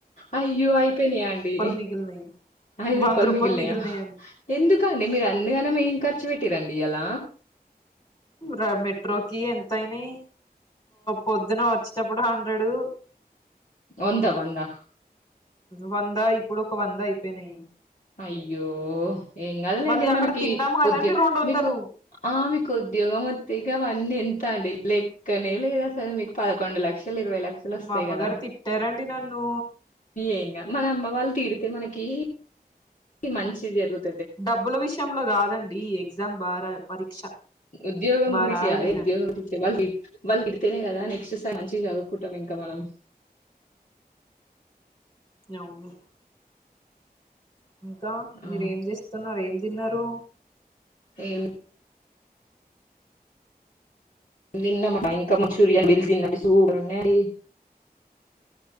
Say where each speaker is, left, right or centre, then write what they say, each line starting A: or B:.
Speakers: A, on the left (about 50°); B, on the left (about 30°).
A: అయ్యో అయిపోయినాయా అండి,
B: మిగిలినాయి
A: ఐదు
B: వంద
A: రూపాయలు మిగిలినయా,
B: మిగిలినాయండి
A: ఎందుక అండి మీరు అందుకనే ఎం క కూర్చో పెట్టిర అండి ఇయాల
B: మ్ మెట్రోకి ఎంతన్నాయి పొద్దున వచ్చేటప్పుడు హండ్రెడు
A: వందా వందా
B: వంద ఇప్పుడు ఒక వంద అయిపోయినాయి
A: అయ్యో ఏం కదులేండి
B: మళ్ళీ అక్కడ
A: మనకి
B: తిన్నాము కదండి
A: ఉద్యోగ
B: రెండు వందలు
A: మీకు ఆ మీకు ఉద్యోగం వతే ఇగ అవన్నీ ఎంత అండి లెక్కనే లేదా సార్ మీకు పదకొండు లక్ష ఇరవై లక్షలు వస్తాయి
B: మా అమ్మగారు
A: కదా
B: తిట్టారండి నన్ను
A: ఏ కాద్ మన అమ్మ వాళ్ళు తిడితే మనకి ఈ మంచిది జరుగుతుం
B: డబ్బుల విషయంలో కాదండి, ఈ ఎగ్జామ్ బాగా పరీక్ష
A: ఉద్యోగం
B: బాగా
A: గురించి
B: రాయలేనని
A: అదే ఉద్యోగం గురించి వాళ్ళు వాళ్ళు తిడితేనే కదా నెక్స్ట్ సమ్ మంచి చదువుకుంటాం ఇంకా మనం
B: అవును ఇంకా
A: ఆ
B: మీరూ ఏం చేస్తున్నారు ఏం తిన్నారు
A: ఏ తిన్నామా ఇంకా మంచూరియన్ బిల్ తిన్నాండి సూపర్ ఉన్నాయిడి